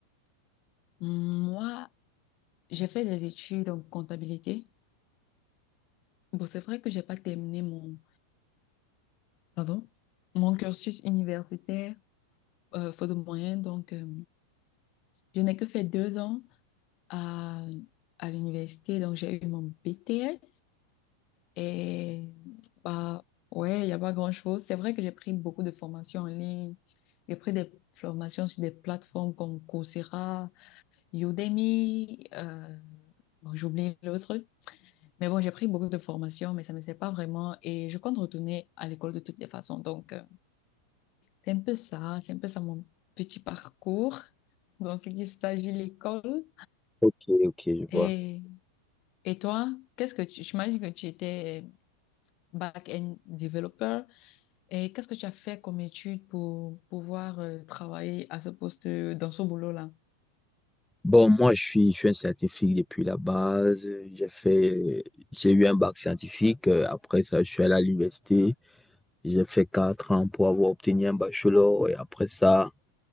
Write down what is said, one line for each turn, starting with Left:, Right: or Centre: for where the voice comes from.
Left: moi, j'ai fait des études en comptabilité. Bon, c'est vrai que j'ai pas terminé mon, pardon, mon cursus universitaire, euh, faute de moyens. Donc, euh, je n'ai que fait deux ans à, à l'université. Donc, j'ai eu mon BTS. Et bah ouais, il n'y a pas grand-chose. C'est vrai que j'ai pris beaucoup de formations en ligne. J'ai pris des formations sur des plateformes comme Coursera, Udemy, euh, bon, j'oublie l'autre. Mais bon, j'ai pris beaucoup de formations, mais ça ne me sert pas vraiment. Et je compte retourner à l'école de toutes les façons. Donc, euh, c'est un peu ça, c'est un peu ça mon petit parcours <laughs> dans ce qui s'agit de l'école.
Centre: Ok, ok, je
Left: Et,
Centre: vois.
Left: et toi, qu'est-ce que tu, j'imagine que tu étais back-end developer. Et qu'est-ce que tu as fait comme étude pour pouvoir euh, travailler à ce poste, euh, dans ce boulot-là?
Centre: Bon, moi, je suis, je suis un scientifique depuis la base. J'ai fait, j'ai eu un bac scientifique. Euh, Après ça, je suis allé à l'université. J'ai fait quatre ans pour avoir obtenu un bachelor. Et après ça,